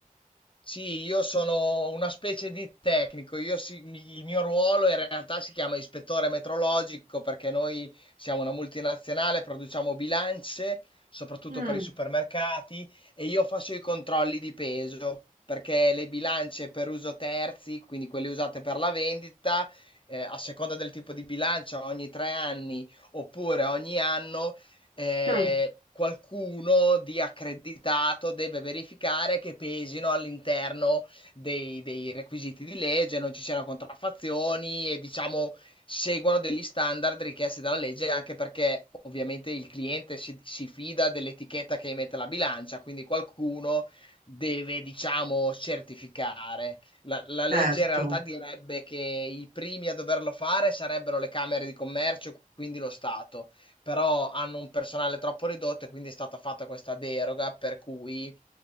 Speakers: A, on the left; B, on the right.
A: Sì, io sono una specie di tecnico, io si- mi- il mio ruolo in realtà si chiama ispettore metrologico perché noi siamo una multinazionale, produciamo bilance, soprattutto
B: Mm,
A: per i supermercati, e io faccio i controlli di peso perché le bilance per uso terzi, quindi quelle usate per la vendita, eh, a seconda del tipo di bilancia, ogni tre anni oppure ogni anno eh,
B: mm.
A: qualcuno di accreditato deve verificare che pesino all'interno dei, dei requisiti di legge, non ci siano contraffazioni e diciamo seguano degli standard richiesti dalla legge, anche perché ovviamente il cliente si, si fida dell'etichetta che emette la bilancia, quindi qualcuno deve, diciamo, certificare. La, la legge
B: certo.
A: in realtà direbbe che i primi a doverlo fare sarebbero le camere di commercio, quindi lo Stato però hanno un personale troppo ridotto e quindi è stata fatta questa deroga per cui